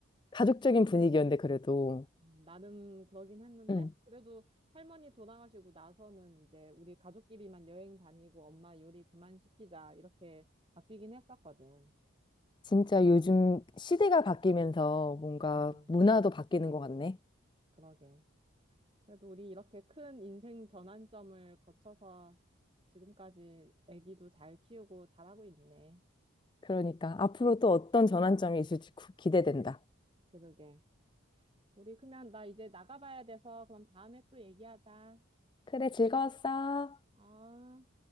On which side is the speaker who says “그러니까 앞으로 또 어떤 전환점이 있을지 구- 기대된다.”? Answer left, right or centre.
Left